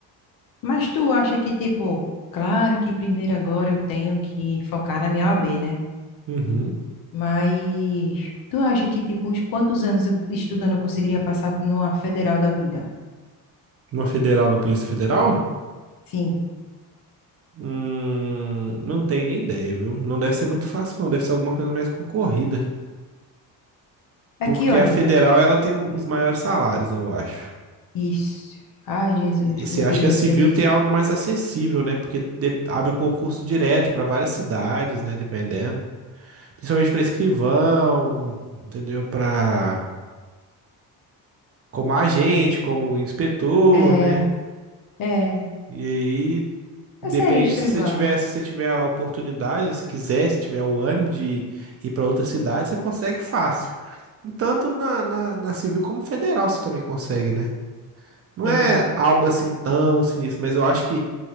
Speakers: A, on the left; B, on the right.
A: mas tu acha que, tipo, claro que primeiro agora eu tenho que focar na minha OAB, né?
B: Uhum.
A: Mas tu acha que, tipo, uns quantos anos eu estudando eu conseguiria passar por numa federal da vida?
B: Uma federal na Polícia Federal?
A: Sim,
B: Hum, não tenho nem ideia, viu? Não deve ser muito fácil, não. Deve ser alguma coisa mais concorrida.
A: Aqui,
B: Porque
A: olha.
B: a federal, ela tem um- os maiores salários, eu acho.
A: Isso. Ai, Jesus,
B: E você
A: como eu
B: acha
A: queria
B: que a
A: receber
B: civil tem
A: isso.
B: algo mais acessível, né? Porque de- abre concurso direto para várias cidades, né? Dependendo. Principalmente para escrivão, entendeu? Para como agente, como inspetor,
A: É,
B: né?
A: é.
B: E aí
A: Eu
B: Depende,
A: seria escrivã.
B: se você tiver, se você tiver a oportunidade, se quiser, se tiver o ânimo de ir para outra cidade, você consegue fácil. Tanto na, na, na civil como federal você também consegue, né? Não
A: É,
B: é algo assim tão sinistro, mas eu acho que